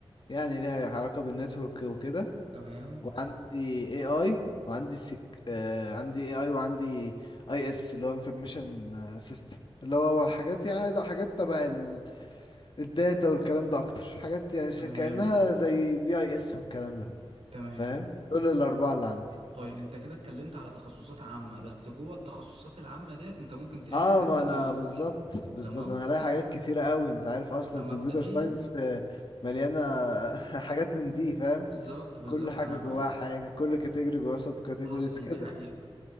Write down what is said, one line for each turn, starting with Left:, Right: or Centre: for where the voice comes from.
Left: يعني ليها علاقة بالنتورك وكده
Right: تمام
Left: وعندي اي اي وعندي سك... آه عندي اي اي وعندي اي اس اللي هو انفورميشن سيستم اللي هو حاجات يعني ده حاجات تبع ال- الداتا والكلام ده اكتر حاجات يعني ش-
Right: تمام
Left: كأنها زي بي اي اس والكلام ده
Right: تمام
Left: فاهم دول الاربعه اللي عندي
Right: طيب أنت كده اتكلمت على تخصصات عامة بس جوه التخصصات العامة ديت أنت ممكن تلاقي
Left: اه
Right: حاجات
Left: ما
Right: تانية
Left: انا
Right: أكتر
Left: بالظبط بالظبط
Right: تمام
Left: انا هلاقي حاجات كتيره قوي انت عارف اصلا
Right: فمبدئيا
Left: كمبيوتر ساينس آه، مليانه <laughs> حاجات من دي فاهم
Right: بالظبط بالظبط
Left: كل حاجه
Right: أنا
Left: جواها
Right: معاك
Left: حاجه كل كاتيجوري جواها سب كاتيجوريز
Right: حصل
Left: كده
Right: دي حقيقة